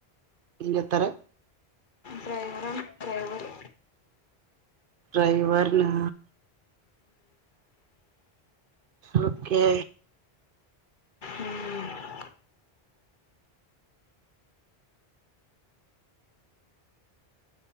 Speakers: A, on the right; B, on the left.
A: ఏం జేత్తరు.
B: డ్రైవర్ అంటే డ్రైవర్
A: డ్రైవర్ నా ఓకే
B: ఉమ్.